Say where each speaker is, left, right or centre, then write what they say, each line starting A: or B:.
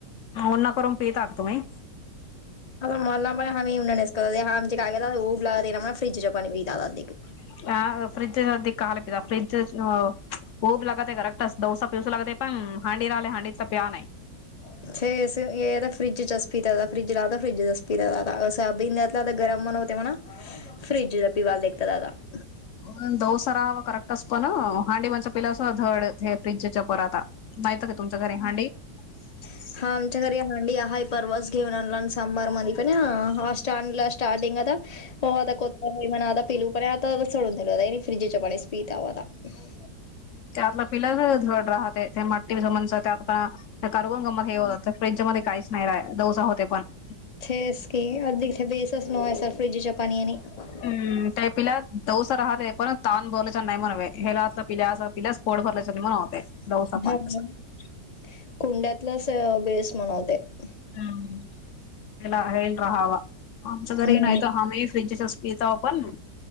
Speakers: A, on the left; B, on the left.
A: उन्हं करून पिता क तुमी?
B: आता मला पमहीन नस करत आम काय उऊब लागा ना फ्रीिज प पाणी ब दादा
A: <unintelligible> <unintelligible>
B: <unintelligible> <unintelligible>
A: <unintelligible> <unintelligible>
B: <unintelligible> <unintelligible> <unintelligible>
A: <unintelligible> <unintelligible>
B: <unintelligible>
A: <unintelligible> <unintelligible>
B: हो <unintelligible>
A: <unintelligible> <unintelligible>
B: हम्म